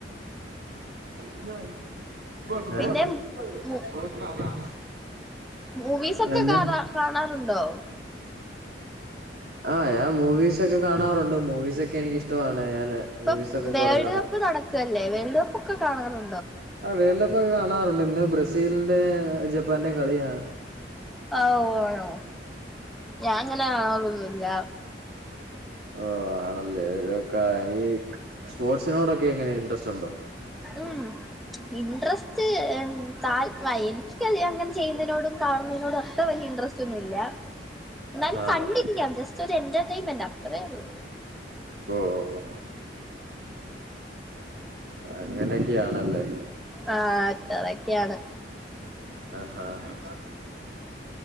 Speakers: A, on the right (about 60°); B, in the centre.
A: ആഹ്
B: പിന്നെ മൂ മൂവീസൊക്കെ
A: എന്നെ
B: കാണ കാണാറുണ്ടോ
A: ആഹ് ഞാൻ മൂവീസ് ഒക്കേ കാണാറുണ്ട് മൂവീസ് ഒക്കെ എനിക്ക് ഇഷ്ടമാണ് ഞാന്
B: ഇപ്പം
A: മൂവീസ് ഒക്കെ
B: വേൾഡ്
A: കൊറെ കാണാറുണ്ട്
B: കപ്പ് നടക്കല്ലേ വേൾഡ് കപ്പ് ഒക്കെ കാണാറു
A: ആ വേൾഡ് കപ്പ് ഒക്കെ കാണാറുണ്ട് ഇന്ന് ബ്രസീലിന്റെ ജപ്പാൻന്റേം കളിയാണ്
B: ആ ഓ ആണോ ഞാൻ ഇങ്ങനെ കാണാറൊന്നുമില്ല
A: ഓ ആണല്ലേ <unintelligible> സ്പോർട്സിനോടക്കെ എങ്ങനെ ഇൻട്രസ്റ്റ് ഉണ്ടോ
B: ഉം ഇൻട്രസ്റ്റ് തൽ എനിക്ക് അങ്ങനെ ചെയ്യുന്നതിനോടും കാണുന്നതിനോടും അത്ര വലിയ ഇൻട്രസ്റ്റ് സൊന്നുമില്ലാ എന്നാലും
A: ആഹ്
B: കണ്ടിരിക്കാം ജസ്റ്റ് ഒരു എന്റർടൈമെന്റ് അത്രേ ഉള്ളു
A: ഓഹ് ഓഹ് ഓഹ് അങ്ങനെയൊക്കെയാണല്ലേ?
B: ആ അത്രക്കെയാണ്
A: ആഹ്